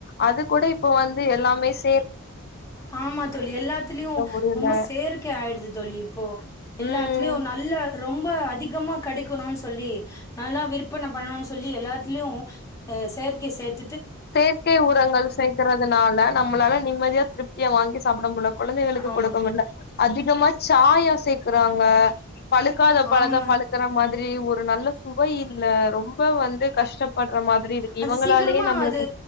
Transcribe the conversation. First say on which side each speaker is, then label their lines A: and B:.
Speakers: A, on the left; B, on the left.
A: அது கூட இப்ப வந்து எல்லாமே சே
B: ஆமா தோழி எல்லாத்துலயு
A: முடியல
B: ரொம்ப செயற்கை ஆயிடுது தோழி இப்போ எல்லாத்துலயு
A: ம்
B: நல்ல ரொம்ப அதிகமா கெடைக்கணுன்னு சொல்லி நல்லா விற்பன பண்ணணுன்னு சொல்லி எல்லாத்திலயு ஆ செயற்கை சேர்
A: செயற்கை உரங்கள் சேக்கறதுனால நம்மளால நிம்மதியா திருப் தியா வாங்கி சாப்ட முடில கொழந்தைகளுக்கு
B: ஆமா
A: கொடுக்க முடில அதிகமா சாயோ சேக்கறாங்க பழுக்காத பழத்த
B: ஆமா
A: பழுக்கற மாதிரி ஒ ரு நல்ல சு வை இல்ல ரொம்ப வந்து கஷ்டப்பட்ற மாதிரி இருக்கு
B: அது
A: இவங்களாலேயே
B: சீக்கிரமா
A: நம்மளுக்
B: அது